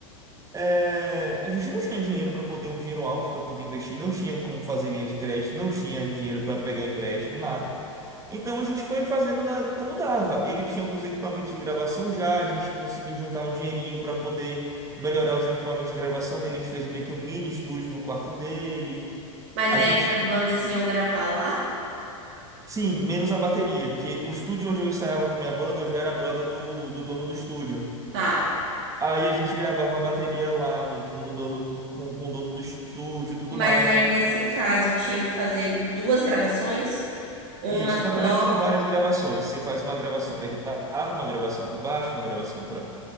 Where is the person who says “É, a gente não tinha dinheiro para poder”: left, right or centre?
Right